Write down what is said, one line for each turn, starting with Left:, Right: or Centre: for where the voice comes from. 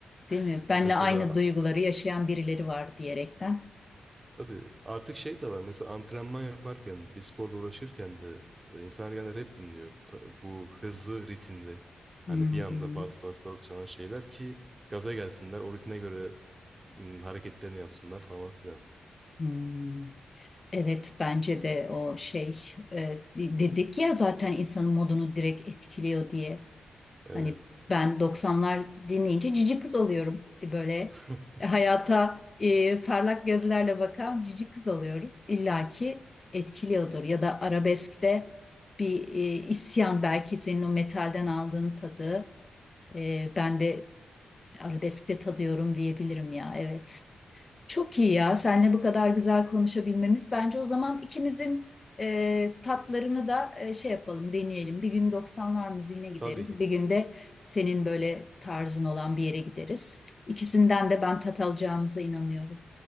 Left: değil mi? Benle
Right: Mesela
Left: aynı duyguları yaşayan birileri var diyerekten.
Right: Tabii artık şey de var mesela antrenman yaparken bir sporla uğraşırken de e, insanlar genelde rap dinliyor bu, ta- bu hızlı ritimde hani
Left: Hı hı.
Right: bir anda bas bas bas çalan şeyler ki gaza gelsinler o ritme göre m, hareketlerini yapsınlar falan filan.
Left: Hı. Evet, bence de o şey e, de- dedik ya zaten insanın modunu direkt etkiliyor diye.
Right: Evet
Left: Hani ben 90'lar dinleyince cici kız oluyorum. Böyle
Right: <laughs>
Left: hayata e, parlak gözlerle bakan cici kız oluyorum. İlla ki etkiliyordur. Ya da arabeskte bir e, isyan belki senin o metalden aldığın tadı e, ben de arabeskte tadıyorum diyebilirim ya. Evet. Çok iyi ya. Seninle bu kadar güzel konuşabilmemiz. Bence o zaman ikimizin e, tatlarını da e, şey yapalım, deneyelim. Bir gün 90'lar müziğine gideriz.
Right: tabii ki
Left: Bir gün de senin böyle tarzın olan bir yere gideriz. İkisinden de ben tat alacağımıza inanıyorum.